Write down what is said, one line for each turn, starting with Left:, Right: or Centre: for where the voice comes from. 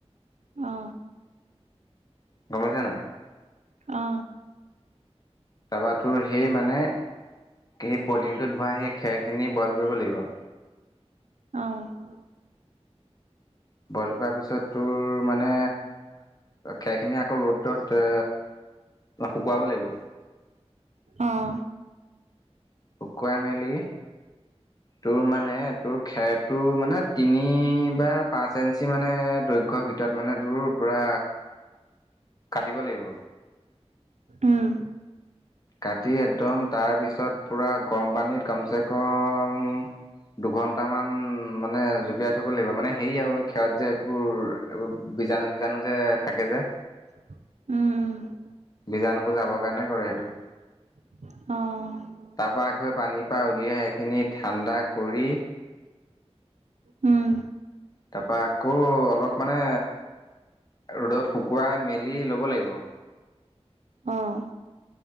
Right: অ,
Left: গম পাইছনে নাই?
Right: অঁ।
Left: তাৰপাতো সেই মানে সেই পলথিনটোত ভৰা সেই খেৰখিনি বইল কৰিব লাগিব।
Right: অঁ।
Left: বইল কৰ পিছত তোৰ মানে খেৰখিনি আকৌ ৰ'দত ত শুকুৱাব লাগিব।
Right: অঁ,
Left: শুকুৱাই মেলি তোৰ মানে তোৰ খেৰটোৰ মানে তিনি বা পাঁচ ইঞ্চি মানে দৈৰ্ঘ্যৰ ভিতৰত মানে তোৰ পোৰা কাটিব লাগিব।
Right: উম।
Left: কাটি একদম তাৰপিছত পূৰা গৰম পানীত কমচে কম উম, দুঘন্টা মান মানে জুবিয়াই থব লাগিব মানে হে আৰু ক্ষত যে এইবোৰ এইবোৰ বীজাণু বীজাণু যে থাকে যে
Right: উম, উম।
Left: বীজাণুবোৰ যাবৰ কাৰণে কৰে সেইটো
Right: অঁ,
Left: তাৰ পৰা আকৌ পানীৰ পৰা উলিয়াই সেই খিনি ঠাণ্ডা কৰি
Right: উম।
Left: তাৰপা আকৌ অলপ মানে ৰ'দত শুকুৱাই মেলি ল'ব লাগিব
Right: অঁ।